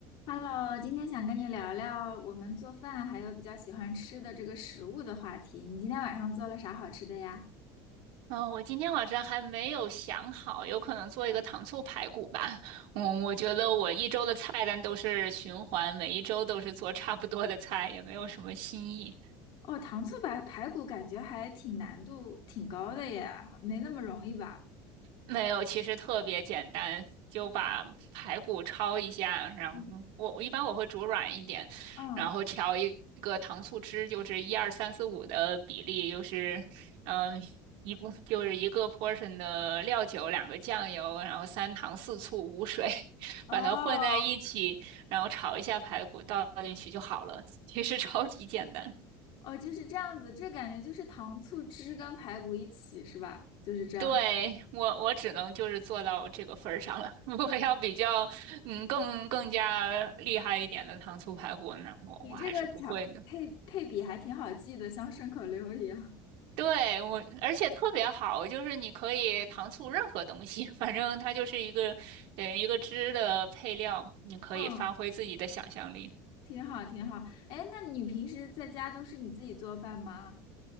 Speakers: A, on the left (about 60°); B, on the right (about 70°).
A: Hello，今天想跟你聊聊我们做饭还有比较喜欢吃的这个食物的话题。你今天晚上做了啥好吃的呀？
B: 嗯，我今天晚上还没有想好，有可能做一个糖醋排骨吧。嗯，我觉得我一周的菜单都是循环，每一周都是做差不多的菜，也没有什么新意。
A: 哦，糖醋排排骨感觉还挺难度挺高的耶，没那么容易吧？
B: 没有，其实特别简单，就把排骨焯一下，然后我我一般我会煮软一点，
A: 嗯，嗯，
B: 然后调一个糖醋汁，就是一二三四五的比例，就是嗯、一部就是一个 portion 的料酒，两个酱油，然后三糖四醋五水，<laughs>
A: 哦，
B: 把它混在一起，然后炒一下排骨倒进去就好了。其实 <laughs> 超级简单。
A: 哦，就是这样子，这感觉就是糖醋汁跟排骨一起是吧？就是这样。
B: 对，我我只能就是做到这个份儿上了。<laughs> 如果要比较，嗯，更更加厉害一点的糖醋排骨，那我我还是不会的。
A: 你这个调配配比还挺好记的，像顺口溜一样。
B: 对，我，而且特别好，就是你可以糖醋任何东西，<laughs> 反正它就是一个，对，一个汁的配料，你可以发挥自己的想象力。
A: 嗯，<laughs> 挺好，挺好。哎，那你平时在家都是你自己做饭吗？